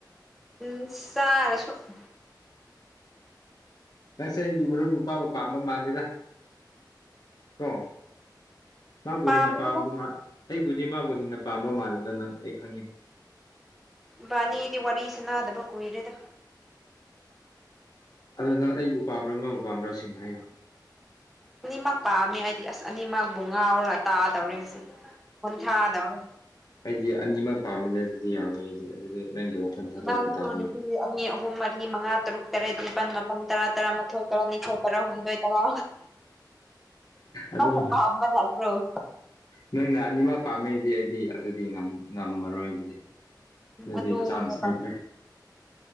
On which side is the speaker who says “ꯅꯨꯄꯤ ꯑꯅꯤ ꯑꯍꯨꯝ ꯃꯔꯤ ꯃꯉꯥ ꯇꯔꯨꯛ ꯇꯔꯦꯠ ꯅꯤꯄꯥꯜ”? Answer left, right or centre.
Centre